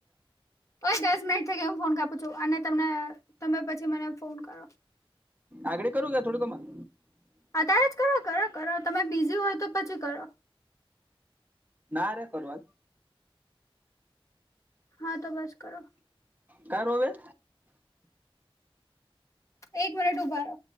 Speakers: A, on the left (about 35°); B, on the right (about 15°).
A: ઓય દસ મિનિટ થઇ ગઈ હું ફોન કાપું છું અને તને તમે પછી મને ફોન કરો.
B: આગડી કરુ કે થોડીક વારમાં.
A: અ ત્યારે જ કરો કરો કરો તમે બીઝી હોય તો પછી કરો.
B: ના રે કરવાવા
A: હા તો બસ. કરો
B: કરું હવે.
A: એક મિનિટ ઉભારો.